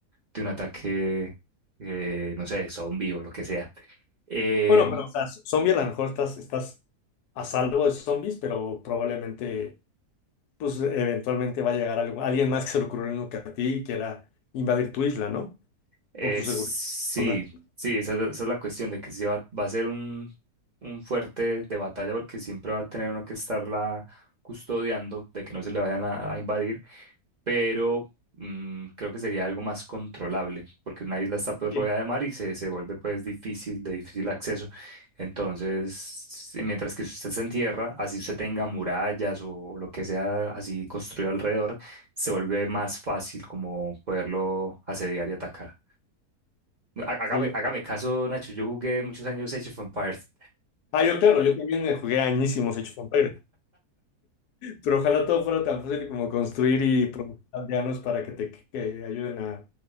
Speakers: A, on the right (about 40°); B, on the left (about 80°).
A: de un ataque, eh, no sé, zombie o lo que sea. Eh,
B: Bueno, pero o sea, zombie a lo mejor estás, estás a salvo de zombies, pero probablemente, pues eventualmente va a llegar algo- alguien más que se le ocurrió lo que a ti y quiera invadir tu isla, ¿no?
A: eh,
B: Por su
A: sí,
B: seguridad personal.
A: sí, esa, es esa es la cuestión de que sí va, va a ser un, un fuerte de batalla porque siempre va a tener uno que estarla custodiando de que no se le vayan a, a invadir. pero mm, creo que sería algo más controlable, porque una isla está pues
B: Sí,
A: rodeada de mar y se, se vuelve pues difícil, de difícil acceso. Entonces, si- mientras que si usted se entierra, así usted tenga murallas o, lo que sea así construido alrededor, se vuelve más fácil como poderlo asediar y atacar. Há- Hágame,
B: sí.
A: hágame caso, Nacho, yo jugué muchos años Age of Empires.
B: Ah, yo claro, yo también me jugué añísimos Age of Empires, pero ojalá todo fuera tan fácil como construir y producir aldeanos para que te que ayuden a,